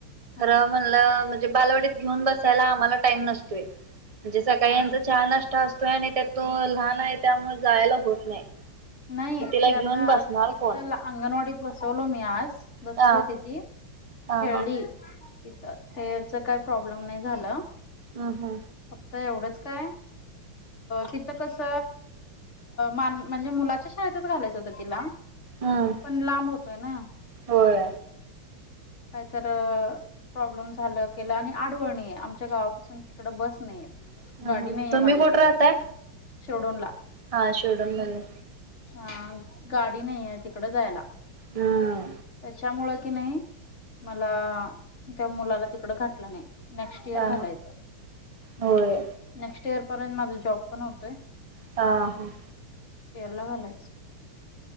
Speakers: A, on the left; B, on the right.
A: ह
B: खरं म्हणलं म्हणजे बालवडीत घेऊन बस आम्हाला टाईम नसतोय म्हणजे सकाळी
A: ह
B: यांचा नाष्टा असतो आणि त्या तो लहान आहे त्यामुळे जायला होत नाही
A: नाही
B: मग तिला
A: ते आता
B: घेऊन बसणार
A: इ
B: कोण
A: अंगणवाडीत बसवलो मी आज बसली
B: ह
A: होती ती
B: ह
A: खेळली
B: ह
A: तर त्याच काही प्रॉब्लेम नाही झालं
B: ह हा
A: फक्त एवढंच काय तिथ कस मान म्हणजे मुला शाळेतच घालायचं होतं तिला
B: हम्म
A: पण लांब होतोय ना
B: होय
A: काहीत प्रॉब्लेम झालं केलं आणि आडवळणी आमच्या गावापासून तिकडं बस नाही
B: हम्म
A: गाडी
B: हम्म
A: नाहीये
B: तुम्ही
A: माझ्याकडं
B: कुठे राहताय?
A: सोडून ला
B: हा शोडून मध्ये
A: हा गाडी नाही आहे तिकड जायला
B: हम्म
A: त्याच्यामुळे किनय नाही मला त्या मुलाला तिकडं घातलं नाही नेक्स्ट इयर
B: हा
A: घालायच
B: होय
A: नेक्स्ट इयर पर्यंत माझ जॉब पण होतोय
B: ह ह
A: लागलाच